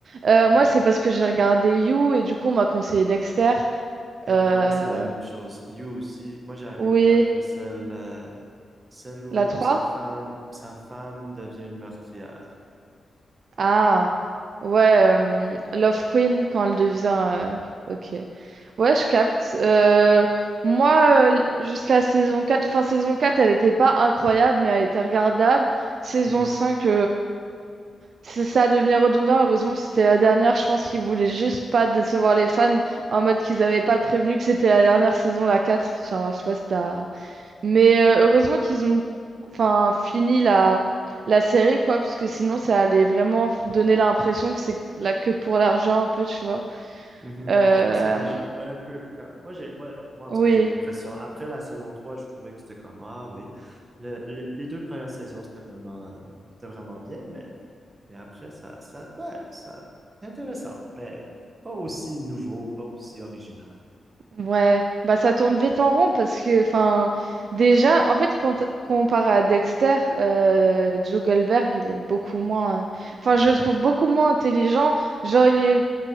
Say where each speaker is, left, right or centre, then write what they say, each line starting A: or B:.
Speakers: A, on the right; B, on the right.
A: Euh, moi,
B: Ouais.
A: c'est parce que j'ai regardé You et du coup, on m'a conseillé Dexter.
B: Et
A: Euh,
B: encore là, c'est la même chose. You aussi, moi j'ai arrêté
A: oui,
B: après celle, euh, celle où
A: la trois.
B: sa femme, sa femme devient une meurtrière.
A: Ah, ouais, euh, Love Queen quand elle devient. euh, Ok. Ouais, je capte. Euh, moi, euh, jusqu'à saison 4, fin saison 4, elle n'était pas incroyable, mais elle était regardable. Saison
B: Mhm.
A: 5, c'est ça devenir redondant, heureusement c'était la dernière, je pense qu'ils voulaient juste pas décevoir les fans en mode qu'ils avaient pas prévenu que c'était la dernière saison, la quatre Enfin, je sais pas si t'as... Mais euh, heureusement qu'ils ont enfin, fini la, la série, quoi, parce que sinon ça allait vraiment f- donner l'impression que c'est là que pour l'argent un peu, tu vois.
B: Mhm.
A: Euh,
B: Ben, je pense que c'est déjà un peu le cas. Moi, j'ai, moi, en moi, en
A: Oui.
B: tout cas, j'ai l'impression, après la saison 3 je trouvais que c'était comme, ah oui, Le- le- les deux premières saisons, c'était vraiment, euh, c'était vraiment bien, mais Mais après, ça, ça, ouais, ça, c'est intéressant, mais pas aussi nouveau, pas aussi original.
A: Ouais, bah ça tourne vite en rond parce que, enfin, déjà, en fait, quand- comparé à Dexter, euh, Joe Goldberg, il est beaucoup moins, euh, enfin, je le trouve beaucoup moins intelligent. Genre, il est,